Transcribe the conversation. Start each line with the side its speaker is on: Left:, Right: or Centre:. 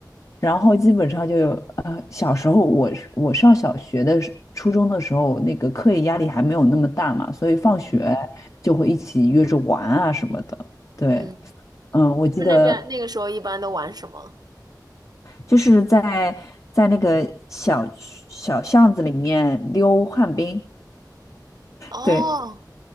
Left: 然后基本上就有呃，小时候我是我上小学的时初中的时候，那个课业压力还没有那么大嘛，所以放学就会一起约着玩啊什么的。对，
Right: 嗯，
Left: 嗯，我记得
Right: 你们那边那个时候一般都玩什么？
Left: 就是在在那个小区小巷子里面溜旱冰，
Right: 哦，
Left: 对